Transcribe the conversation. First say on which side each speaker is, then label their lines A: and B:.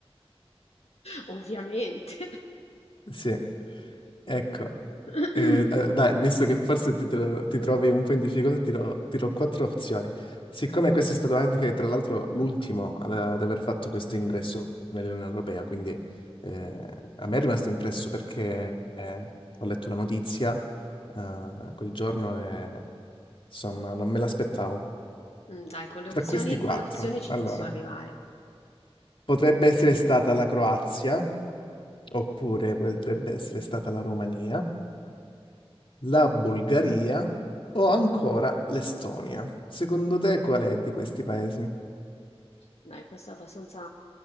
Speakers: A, on the left; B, on the left.
A: <laughs> Ovviamente.
B: Sì, ecco.
A: Mm,
B: Eh, eh, dai, visto che forse ti, te lo- ti trovi un po' in difficoltà, ti do, ti do quattro opzioni. Siccome questo è stato anche, tra l'altro, l'ultimo ad, ad aver fatto questo ingresso nell'Unione Europea, quindi eh, a me è rimasto impresso perché eh, ho letto la notizia eh, quel giorno e, insomma, non me l'aspettavo.
A: mm, dai, con le
B: Tra
A: opzioni,
B: questi quattro,
A: con le opzioni ci
B: allora,
A: posso arrivare.
B: potrebbe essere stata la Croazia, oppure potrebbe essere stata la Romania, la Bulgaria o ancora l'Estonia. Secondo te qual è di questi paesi?
A: Dai, questa è abbastanza